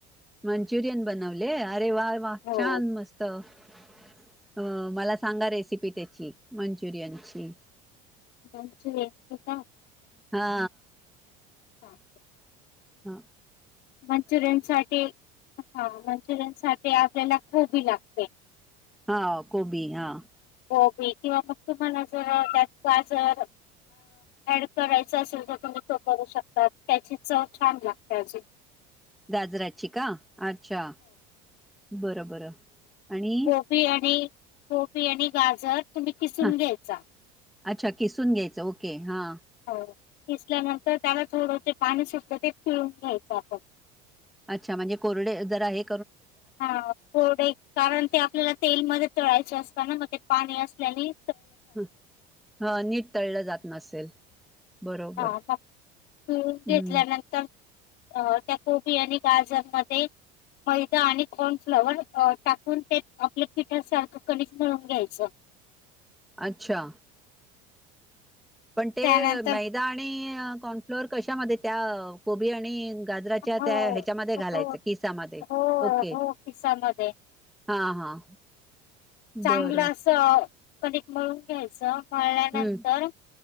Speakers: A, in the centre; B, on the left.
A: मंचुरयन बनवले े वाय वा
B: हो
A: छान मस्त अ मला सांगा रेसिपी त्याची मंचुरियनची
B: म्हच का
A: हा
B: हां
A: हा
B: मंचुरियन साठी हा मंचुरियन सा ते आपल्याला खूबी लागते
A: हा गबी हा
B: गोबी किंवा मग तुम्हाला जर त्यात गाजर ऍड करायच असेल तर तुम्ही तो करू शकता त्याची चव छान लागते अ
A: गाजराची का अच्छा बरं बरं आणि
B: गोबी आणि गपी आणि गाजर तुम्ही किसून
A: हा
B: घ्यायचा
A: अच्छा किसून घ्यायचं ओके हा
B: हो दिसल्यानंतर त्याला थोड पाणी सुटत ते पिळून घ्यायचं आपण
A: अच्छा म्हणजे कोरडे जर आहे
B: हा पढ कारण ते आपल्याला तेलमध्ये तोळायच असत म पाणी असल्याली
A: ह हा नीट तळलं जात नसेल बरोबर
B: हा मग मी
A: हम्म
B: घेतल्यानंतर अ त्या कोबी आणि गाजर म मैदा आणि कॉर्नफ्लवर टाकून ते आपल्या पिठासारखं कनज मिळून घ्यायचं
A: अच्छा पण ते
B: त्यानंतर
A: मैदा आणि कॉर्नफ्लोअर कशामध्ये त्या कोबी आणि गाजराच्या
B: हो
A: त्या ह्याच्यामध्ये घालायच
B: हो
A: किसामध्ये
B: हो
A: ओके
B: हो खिसामध्ये
A: हा हा
B: चांगलं
A: बरं
B: असं... कधक मळून घ्यायचं. म्हळल्यानंतर
A: हम्म